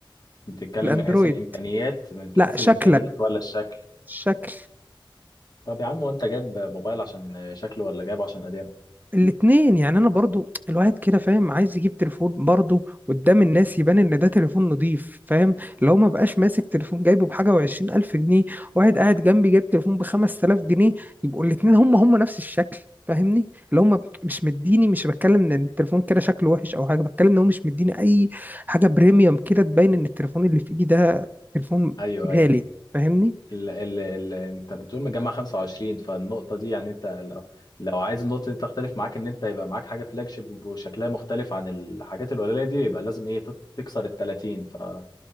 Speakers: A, on the left (about 50°); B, on the right (about 20°).
A: بتتكلم
B: الاندرويد
A: من حيث الامكانيات من
B: لا
A: حيث
B: شكلا
A: الامكانيات ولا الشكل
B: شكل
A: طب يا عم وانت جايب موبايل عشان شكله ولا جايبه عشان اداؤه
B: الاتنين يعني انا برضو الواحد كده فاهم عايز يجيب تليفون برضو قدام الناس يبان ان ده تليفون نضيف فاهم لو ما بقاش ماسك تليفون جايبه بحاجه وعشرين الف جنيه واحد قاعد جنبي جايب تليفون بخمس تلاف جنيه يبقوا الاتنين هم هم نفس الشكل فاهمني اللي هم مش مديني مش بتكلم ان التليفون كده شكله وحش او حاجه بتكلم ان هو مش مديني اي حاجه بريميوم كده تبين ان التليفون اللي في ايدي ده تليفون
A: ايوه
B: غالي
A: ايوه
B: فاهمني
A: ال ال ال انت بتقول مجمع 25 فالنقطه دي يعني انت لو, لو عايز النقطه دي تختلف معاك ان انت يبقى معاك حاجه فلاج شيب وشكلها مختلف عن الحاجات القليله دي يبقى لازم ايه تت- تكسر ال 30 فما